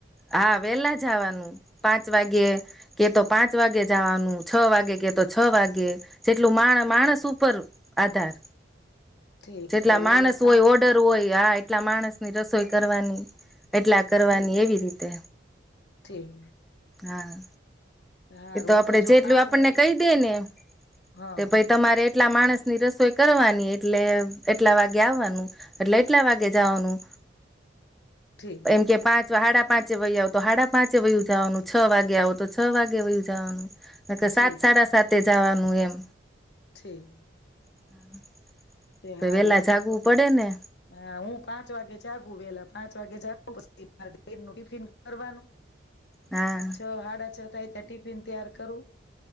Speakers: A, in the centre; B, on the left (about 60°).
A: હા વેલા જાવાનું પાંચ વાગે કે તો પાંચ વાગે જવાનું છ વાગે કે તો છ વાગે જેટલું માણ માણસ ઉપર આધાર
B: ઠીક
A: જેટલા
B: તો વેલા
A: માણસ
B: પાંચ
A: હોય ઓર્ડર હોય આ એટલા માણસ ની રસોઈ કરવાની એટલા કરવાની
B: ઠીક
A: એવી રીતે
B: ઠીક
A: હા
B: હારું
A: એ તો
B: હું
A: આપડે
B: જો
A: જેટલું
B: પાંચ
A: આપણને
B: વાગે
A: કહી દે ને
B: હા
A: કે ભાઈ તમારે એટલા માણસ ની રસોઈ કરવાની એટલે એટલા વાગે આવવાનું એટલે એટલા વાગે જવાનું
B: ઠીક
A: એમ કે પાંચ હાડા પાંચ પાંચે વય આવ તો હાડા પાંચે વય ઉ જવાનું છ વાગે આવો તો છ વાગે <unintelligible> જાવાનું કે
B: ઠીક
A: સાત સાડા સાતે જાવાનું હું એમ
B: ઠીક
A: <inaudible>
B: તે હારું
A: વેલા
B: હું
A: જાગવું
B: તો
A: પડે ને
B: હા હું પાંચ વાગે જાગુ વેલા પાંચ વાગે જાગું <unintelligible> ટિફિન કરવાનું
A: હા
B: છ હાડા છ થાય તીયા ટિફિન તીયાર કરું